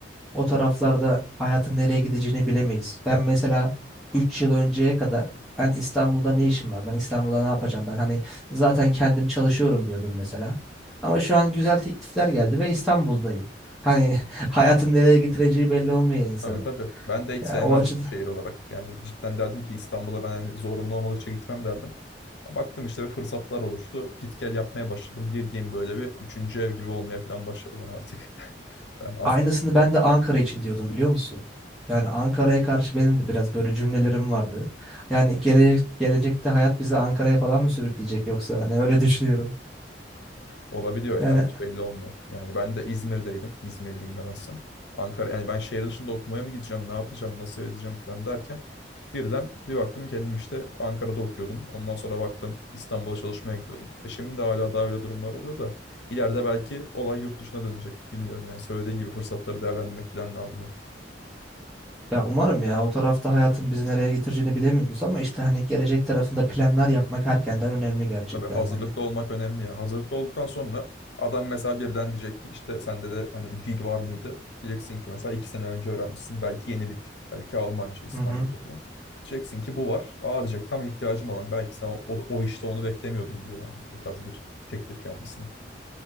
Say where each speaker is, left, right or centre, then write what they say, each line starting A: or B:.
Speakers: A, in the centre; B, on the left.
A: o taraflarda hayatın nereye gideceğini bilemeyiz. Ben mesela 3 yıl önceye kadar ben İstanbul'da ne işim var? Ben İstanbul'da ne yapacağım? Ben hani zaten kendim çalışıyorum diyordum mesela. Ama şu an güzel teklifler geldi ve İstanbul'dayım. Hani <laughs> hayatın nereye getireceği belli olmuyor insana.
B: Tabii tabii. Ben de hiç
A: Ya
B: sevmezdim
A: o açıdan
B: şehir olarak. Yani cidden derdim ki İstanbul'a ben hani zorunlu olmadıkça gitmem derdim. E, baktım işte bir fırsatlar oluştu. Git gel yapmaya başladım. Bildiğim böyle bir üçüncü ev gibi olmaya falan başladı bana artık. <laughs> Ben
A: Aynısını ben de Ankara için diyordum biliyor musun? Yani Ankara'ya karşı benim de biraz böyle cümlelerim vardı. Yani gelecek, gelecekte hayat bizi Ankara'ya falan mı sürükleyecek yoksa hani öyle <laughs> düşünüyorum.
B: Olabiliyor ya
A: Yani
B: hiç belli olmuyor. Yani ben de İzmir'deydim. İzmirliyim ben aslında. Ankara yani ben şehir dışında okumaya mı gideceğim, ne yapacağım, nasıl edeceğim falan derken birden bir baktım kendim işte Ankara'da okuyordum. Ondan sonra baktım İstanbul'a çalışmaya gidiyordum. E şimdi de hala daha öyle durumlar oluyor da ileride belki olay yurt dışına dönecek. Bilmiyorum yani söylediğin gibi fırsatları değerlendirmek falan lazım hep.
A: ya umarım ya o tarafta hayatın bizi nereye getireceğini bilemiyoruz ama işte hani gelecek tarafında planlar yapmak erkenden önemli gerçekten
B: Tabii hazırlıklı
A: yani.
B: olmak önemli ya. Hazırlıklı olduktan sonra adam mesela birden diyecek ki işte sende de hani dil var mıydı? Diyeceksin ki mesela iki sene önce öğrenmişsin. Belki yeni bir dil. Belki Almanca, İspanyolca
A: Hı hı.
B: falan. Diyeceksin ki bu var. Aa diyecek tam ihtiyacım olan. Belki sen o, o, o işte onu beklemiyordum bile yani. Bu tarz bir teklif gelmesine